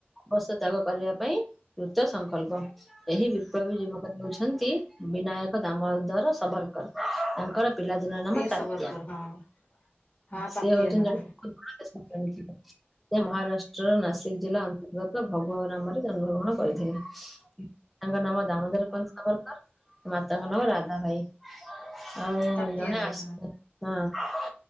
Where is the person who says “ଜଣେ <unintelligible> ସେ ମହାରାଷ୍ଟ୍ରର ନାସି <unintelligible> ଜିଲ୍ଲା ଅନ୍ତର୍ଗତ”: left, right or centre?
Centre